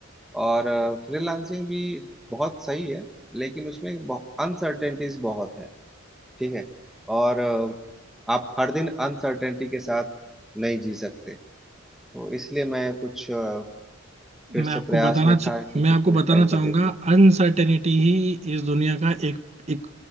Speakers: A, in the centre; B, on the right.
A: और फ्रीलांसिंग भी बहुत सही है लेकिन उसमें अनसर्टेनिटीज बहुत है ठीक है और अ, आप हर दिन अनसर्टेनिटी के साथ नहीं जी सकते तो इसलिए मैं कुछ अ, फिर से
B: मैं आपको
A: प्रयास
B: बताना
A: में था
B: च-
A: कि
B: मैं
A: कुछ
B: आपको
A: फुल
B: बताना
A: टाइम
B: चाहूंगा
A: का देखूं
B: अनसर्टेनिटी ही इस दुनिया का एक एक